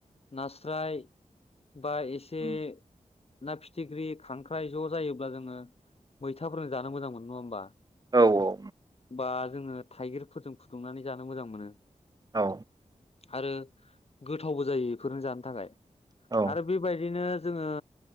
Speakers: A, on the left; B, on the right.
A: नास्राय बा एसे
B: उम
A: ना फिथिख्रि खांख्राइ ज' जायोब्ला जोङो मैथाफोरजों जानो मोजां मोनो नङा होमबा?
B: औ औ।
A: बा जोङो थाइगिरफोरजों फुदुंनानै जानो मोजां मोनो।
B: औ।
A: आरो गोथावबो जायो एफोरनो जानो थाखाय।
B: औ
A: आरो बेबायदिनो जोङो